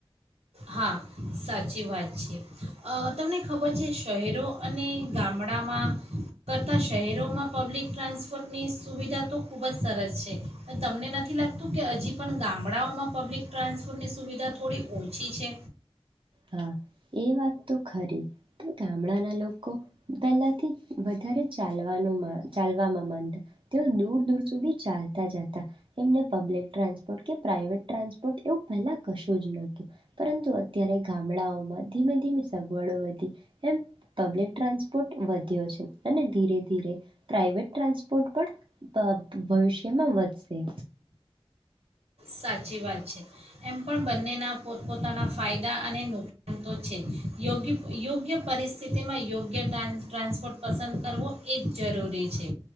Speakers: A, on the right; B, on the right.
A: હા સાચી વાત છે તમને ખબર છે શહેરો અને ગામડામાં કરતાં શહેરોમાં પબ્લિક ટ્રાન્સપોર્ટની સુવિધા તો ખૂબ જ સરસ છે પણ તમને નથી લાગતું કે હજી પણ ગામડાઓમાં પબ્લિક ટ્રાન્સપોર્ટની સુવિધા થોડી ઓછી પ ઠી છે
B: હા એ વાત. તો ખરી પણ ગામડાના લોકો પહેલાથી વધારે ચાલવાનું ચાલવામાં માનતા તેઓ દૂર દૂર સુધી ચાલતા જતા એમને પબ્લિક ટ્રાન્સપોર્ટ કે પ્રાાઈવેટ ટ્રાન્સપોર્ટ એવું પહેલા કશું જ નું પરંતુ અત્યારે ગામડાઓમાં ધીમે ધીમે સગવડો વધી એમ પબ્લિક ટ્રાન્સપોર્ટ વધ્યો છે અને ધીરે ધીરે પ્રાઇવેટ ટ્રાન્સપોર્ટ પણ ભવિષ્યમાં વધશે.
A: સાચી વાત છે એમ પણ બંનેના પોતપોતાના ફાયદા અને નુકસાન તો છે યોગ્ય યોગ્ય પરિસ્થિતિમાં યોગ્ય ટ્રાન્ ટ્રાન્સપોર્ટ પસંદ કરવો એ જ જરૂરી છે